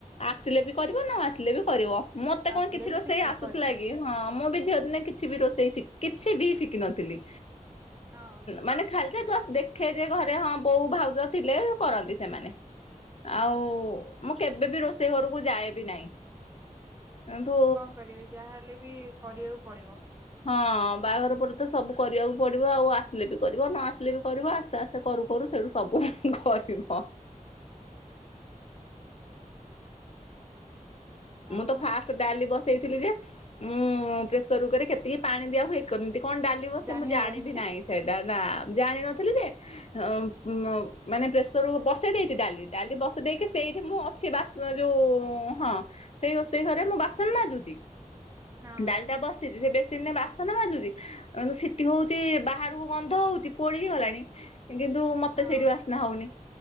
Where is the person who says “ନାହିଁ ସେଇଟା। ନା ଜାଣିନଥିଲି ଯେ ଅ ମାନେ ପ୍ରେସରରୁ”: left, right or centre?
Left